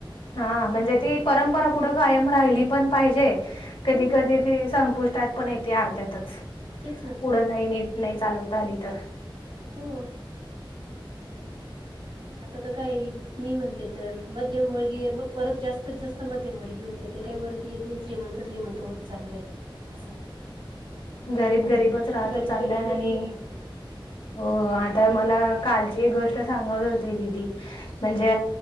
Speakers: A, on the left; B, on the right.
A: हा म्हणजे ती परंपरा पुढं कायम राहिली पण पाहिजे. कधी
B: हम्म,
A: कधी ती संपुष्टात पण येते अर्ध्यातच
B: तेच ना.
A: पुढं नाही नेत. नाही चालवता आली तर
B: उंम आता तर काय मी म्हणते तर मध्यमवर्गीय मग परत जास्तीत जास्त मध्यमवर्गीय होते ते काय वर ती पिन श्रीमंत श्रीमंत होत चाललेय असं आहे.
A: गरीब गरीबच राहतो
B: गरीब
A: चाललाय
B: गरीब गरीबच
A: आणि
B: राहतोय.
A: हो आता मला कालची एक गोष्ट सांगत होती दिदी म्हणजे